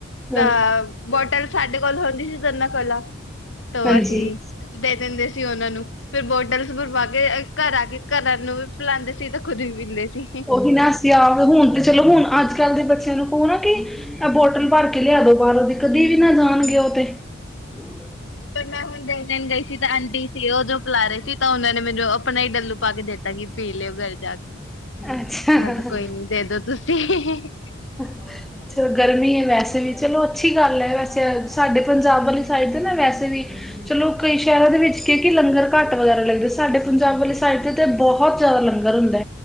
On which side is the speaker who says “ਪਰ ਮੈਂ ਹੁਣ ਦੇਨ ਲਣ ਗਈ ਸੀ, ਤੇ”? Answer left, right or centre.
Left